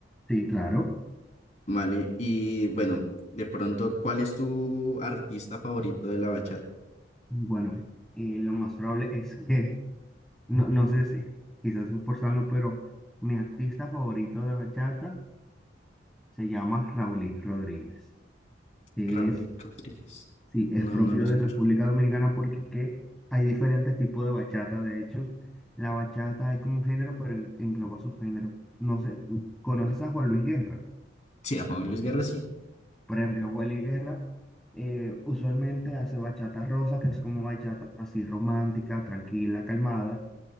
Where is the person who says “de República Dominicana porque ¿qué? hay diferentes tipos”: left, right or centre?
Centre